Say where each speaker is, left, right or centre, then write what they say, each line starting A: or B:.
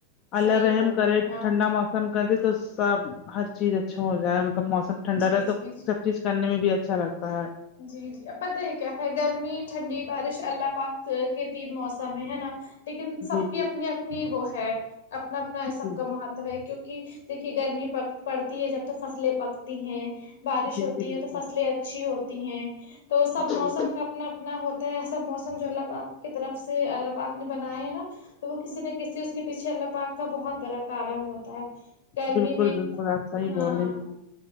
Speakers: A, on the left; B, on the left.
A: اللہ
B: صحیح
A: رحم
B: بول رہی
A: کرے
B: ہیں آپ
A: ٹھنڈا موسم کر دے تو سب ہر چیز اچھا ہو جائے مطلب موسم سب ٹھنڈا
B: جی
A: رہے
B: جی
A: تو
B: جی
A: سب چیز کرنے میں بھی اچھا لگتا ہے
B: جی جی اب پتہ ہے کیا ہے گرمی ٹھنڈی بارش اللہ پاک کے تین موسم ہے ہے نا لیکن سب
A: جی
B: کی
A: جی
B: اپنی اپنی وہ ہے کیونکہ
A: جی
B: دیکھیے گرمی پک پڑتی ہے جب توک فصلیں پکتی ہیں بارش
A: جی
B: ہوتی
A: جی
B: ہے تو فصلیں اچھی ہوتی ہیں تو سب
A: بالکل
B: موسم
A: جی
B: کا اپنا اپنا ہوتا ہے ایسا موسم جو اللہ پاک کی طرف سے اللہ پاک نے بنائے ہیں نا تو وہ کسی نہ کسی اس کے پیچھے اللہ پاک کا بہت بڑا کارن ہوتا ہے گرمی
A: بالکل
B: میں
A: بالکل آپ صحیح
B: ہاں
A: بول رہے ہیں